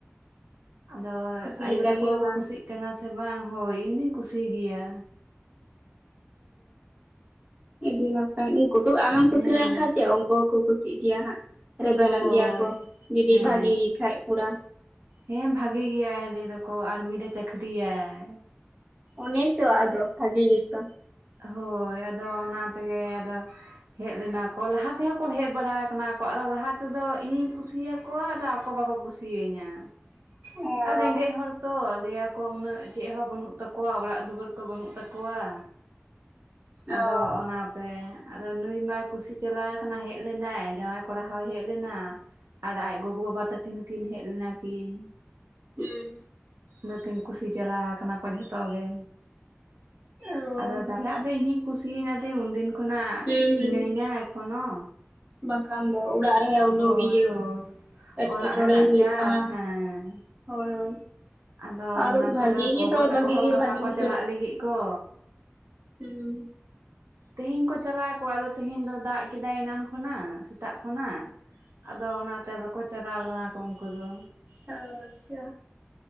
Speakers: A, on the right; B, on the right.
A: ᱟᱫᱚ
B: ᱠᱩᱥᱤ
A: ᱟᱭᱳ
B: ᱞᱮᱠᱟᱜᱮ
A: ᱛᱟᱠᱚ ᱜᱮ ᱠᱚ
B: ᱵᱟᱝ
A: ᱠᱩᱥᱤᱜ ᱠᱟᱱᱟ ᱥᱮ ᱵᱟᱝ ᱦᱳᱭ ᱤᱧ ᱫᱩᱧ ᱠᱩᱥᱤ ᱜᱮᱭᱟ
B: ᱚ ᱟᱹᱰᱤ ᱱᱟᱯᱟᱭ ᱩᱱᱠᱩ ᱠᱚ ᱟᱢᱮᱢ
A: ᱦᱮᱸ
B: ᱠᱩᱥᱤ ᱞᱮᱱ ᱠᱷᱟᱱ ᱪᱮᱫ ᱩᱱᱠᱩ ᱦᱚᱸᱠᱚ ᱠᱩᱥᱤᱼᱟ ᱪᱮᱜ ᱜᱮᱭᱟ ᱦᱟᱸᱜ ᱨᱮᱵᱮᱱᱚᱜ
A: ᱦᱳᱭ
B: ᱜᱮᱭᱟ ᱠᱚ ᱡᱩᱫᱤ
A: ᱦᱮᱸ
B: ᱵᱷᱟᱜᱤ ᱜᱮ ᱠᱷᱟᱡ ᱠᱩᱲᱟ
A: ᱦᱮᱸ ᱵᱷᱟᱜᱮ ᱜᱮᱭᱟᱭ ᱞᱟᱹᱭ ᱫᱟᱠᱚ ᱟᱨᱢᱤ ᱨᱮ ᱪᱟᱹᱠᱨᱤᱭᱟᱭ
B: ᱚᱱᱮ ᱪᱚ ᱟᱫᱚ ᱵᱷᱟᱜᱤ ᱜᱮᱪᱚᱝ
A: ᱦᱳᱭ ᱟᱫᱚ ᱚᱱᱟ ᱛᱮᱜᱮ ᱟᱫᱚ ᱦᱮᱡ ᱞᱮᱱᱟ ᱠᱚ ᱞᱟᱦᱟ ᱛᱮᱦᱚᱸ ᱠᱚ ᱦᱮᱡ ᱵᱟᱲᱟ ᱠᱟᱱᱟ ᱟᱫᱚ ᱞᱟᱦᱟ ᱛᱮᱫᱚ ᱤᱧᱤᱧ ᱠᱩᱥᱤᱭᱟᱠᱚᱣᱟ ᱟᱫᱚ ᱟᱠᱚ ᱵᱟᱠᱚ ᱠᱩᱥᱤᱭᱟᱹᱧᱟ
B: ᱚ
A: ᱟᱨ ᱨᱮᱸᱜᱮᱡ ᱦᱚᱲ ᱛᱚ ᱞᱟᱹᱭᱟᱠᱚ ᱩᱱᱟᱹᱜ ᱪᱮᱫ ᱦᱚᱸ ᱵᱟᱹᱱᱩᱜ ᱛᱟᱠᱚᱣᱟ ᱚᱲᱟᱜ ᱫᱩᱣᱟᱹᱨ ᱠᱚ ᱵᱟᱹᱱᱩᱜ ᱛᱟᱠᱚᱣᱟ
B: ᱚ
A: ᱟᱫᱚ ᱚᱱᱟ ᱟᱫᱚ ᱱᱩᱭ ᱢᱟᱭ ᱠᱩᱥᱤ ᱪᱟᱞᱟᱣ ᱠᱟᱱᱟ ᱦᱮᱡ ᱞᱮᱱᱟᱭ ᱡᱟᱶᱟᱭ ᱠᱚᱲᱟ ᱦᱚᱸᱭ ᱦᱮᱡ ᱞᱮᱱᱟ ᱟᱨ ᱟᱡ ᱜᱚᱜᱚ ᱵᱟᱵᱟ ᱛᱟᱹᱠᱤᱱᱠᱤᱱ ᱦᱚᱠᱤᱱ ᱦᱮᱡ ᱞᱮᱱᱟ ᱠᱤᱱ
B: ᱦᱩᱸ
A: ᱵᱟᱹᱠᱤᱱ ᱠᱩᱥᱤ ᱪᱟᱞᱟᱣ ᱠᱟᱱᱟ ᱠᱚ ᱡᱷᱚᱛᱚ ᱜᱮ
B: ᱚ
A: ᱟᱫᱚ ᱛᱟ ᱟᱫᱚ ᱤᱧᱦᱩᱧ ᱠᱩᱥᱤᱭᱮᱱᱟ ᱫᱤᱱ ᱩᱱᱫᱤᱱ ᱠᱷᱚᱱᱟᱜ
B: ᱦᱩᱸ
A: ᱦᱤᱱᱟᱹᱧᱟ
B: ᱦᱩᱸ
A: ᱮᱠᱷᱚᱱᱚ
B: ᱵᱟᱝᱠᱷᱟᱱ ᱫᱚ ᱚᱲᱟᱜ ᱨᱮ ᱩᱱᱟᱹᱜ
A: ᱦᱳᱭ
B: ᱤᱭᱟᱹ
A: ᱦᱳᱭ
B: ᱮᱴᱠᱮᱴᱚᱬᱮ
A: ᱚᱲᱟᱜ ᱨᱮᱱᱟᱜ
B: ᱦᱩᱭᱩᱜ
A: ᱪᱟᱯ
B: ᱠᱟᱱᱟ
A: ᱦᱮᱸ
B: ᱦᱳᱭ ᱦᱳᱭ
A: ᱟᱫᱚ
B: ᱟᱨ
A: ᱚᱱᱟᱛᱮ
B: ᱵᱷᱟᱜᱤ
A: ᱜᱚᱜᱚ
B: ᱜᱮ ᱛᱚ
A: ᱛᱟᱠᱚ
B: ᱵᱷᱟᱜᱤ
A: ᱦᱚ
B: ᱜᱮ
A: ᱜᱟᱯᱟ
B: ᱵᱷᱟᱜᱤᱧ
A: ᱠᱚ ᱪᱟᱞᱟᱜ ᱞᱟᱹᱜᱤᱜ ᱠᱚ
B: ᱩᱸ
A: ᱛᱮᱦᱮᱧ ᱠᱚ ᱪᱟᱞᱟᱜᱼᱟ ᱠᱚ ᱟᱫᱚ ᱛᱮᱦᱮᱧ ᱫᱚ ᱫᱟᱜ ᱠᱮᱫᱟᱭ ᱮᱱᱟᱱ ᱠᱷᱚᱱᱟᱜ ᱥᱮᱛᱟᱜ ᱠᱷᱚᱱᱟᱜ᱾ ᱟᱫᱚ ᱚᱱᱟᱛᱮ ᱵᱟᱠᱚ ᱪᱟᱞᱟᱣ ᱞᱮᱱᱟ ᱠᱚ ᱩᱱᱠᱩ ᱫᱚ
B: ᱚ ᱟᱪᱪᱷᱟ